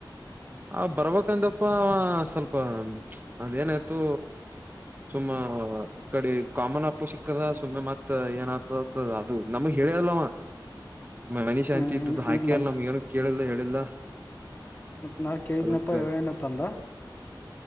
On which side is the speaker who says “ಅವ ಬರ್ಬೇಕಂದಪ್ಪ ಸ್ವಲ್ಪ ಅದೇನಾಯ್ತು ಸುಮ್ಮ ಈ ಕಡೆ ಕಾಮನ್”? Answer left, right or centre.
Right